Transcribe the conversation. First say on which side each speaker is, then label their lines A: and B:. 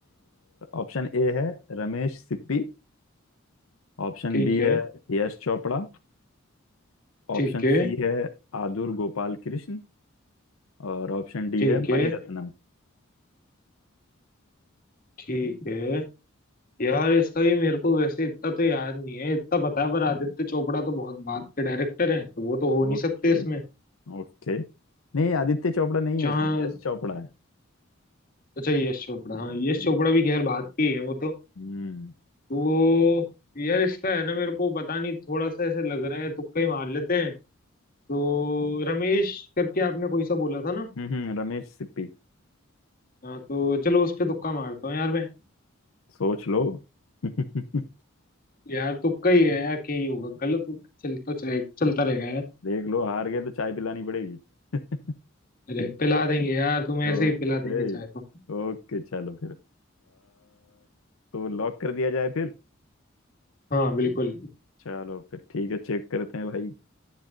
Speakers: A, on the left; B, on the left.
A: ऑप्शन ए है रमेश सिप्पी ऑप्शन
B: ठीक
A: बी
B: है
A: है यश चोपड़ा ऑप्शन
B: ठीक है
A: सी है आदुर गोपाल कृष्ण और ऑप्शन डी
B: ठीक
A: है मणिरत्नम
B: है ठीक है यार इसका भी मेरे को वैसे इतना तो याद नहीं है इतना पता है पर आदित्य चोपड़ा तो बहुत बात के डायरेक्टर हैं तो वो तो हो नहीं
A: Okay
B: सकते इसमें
A: okay नहीं आदित्य चोपड़ा नहीं
B: जहाँ
A: है इसमें यश चोपड़ा है
B: अच्छा यश चोपड़ा हाँ यश
A: हम्म
B: चोपड़ा भी खैर बात के ही है वो तो
A: हम्म
B: तो यार इसका है ना मेरे को पता नहीं थोड़ा सा ऐसे लग रहा है तुक्का ही मार लेते हैं तो रमेश करके आपने कोई सा बोला था ना
A: हम्म, हम्म, रमेश सिप्पी
B: हाँ तो चलो उस पे तुक्का मारता हूँ यार मैं
A: सोच लो <laughs>
B: यार तुक्का ही है यार क्या ही होगा गलत होगा चलता चलेगा चलता रहेगा यार
A: देख लो हार गए तो चाय पिलानी पड़ेगी <laughs>
B: अरे पिला देंगे यार तुम ऐसे
A: ओके
B: ही पिला देंगे चाहे तो
A: ओके चलो फिर आ, तो लॉक कर दिया जाए फिर
B: हाँ बिल्कुल <laughs>
A: चलो फिर ठीक है चेक करते हैं भाई